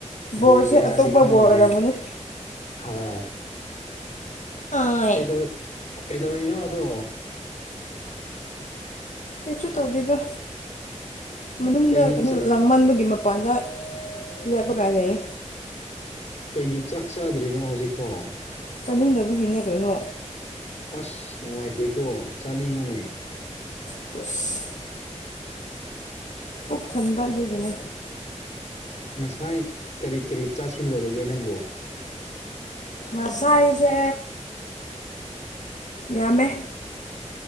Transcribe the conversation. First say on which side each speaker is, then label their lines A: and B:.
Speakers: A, on the left; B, on the left.
A: ꯕꯣꯔꯁꯦ
B: ꯕꯣꯒ‌ꯦꯔꯥꯗꯤ
A: ꯑꯇꯣꯞꯄ
B: ꯈꯪꯗ꯭ꯔꯦ
A: ꯕꯣꯔ ꯑꯣꯏꯔꯝꯒꯅꯤ
B: ꯍꯥꯏ
A: ꯍꯣꯏ
B: ꯀꯩꯗꯧ ꯀꯩꯗꯧꯔꯤꯅꯣ ꯑꯗꯣ
A: ꯀꯩꯁꯨ ꯇꯧꯗ‌ꯦꯗ ꯃꯅꯨꯡꯗ
B: ꯀꯩꯒꯤ
A: ꯀꯩꯅ‌ꯣ
B: ꯆꯥꯛ
A: ꯂꯥꯛ ꯃꯟꯕꯒꯤ ꯃꯄꯥꯟꯗ ꯂꯦꯞꯄꯒ ꯂꯩꯌꯦ
B: ꯀꯩꯒꯤ ꯆꯥꯛ ꯆꯥꯗ꯭ꯔꯤꯅꯣ ꯍꯧꯖꯤꯛꯐꯥꯎ
A: ꯆꯠꯅꯤꯡꯗꯕꯒꯤꯅꯦ ꯀꯩꯅꯣ
B: ꯑꯁ ꯅꯨꯡꯉꯥꯏꯇꯦꯀꯣ ꯆꯥꯅꯤꯡꯉꯅꯦ
A: <unintelligible> ꯄꯨꯛ ꯊꯟꯕ ꯑꯗꯨꯒꯤꯅꯦ
B: ꯉꯁꯥꯏ ꯀꯔꯤ ꯀꯔꯤ ꯆꯥꯁꯤꯜꯂꯨꯔꯒꯦ ꯅꯪꯕꯨ
A: ꯉꯁꯥꯏꯁꯦ ꯌꯥꯝꯃꯦ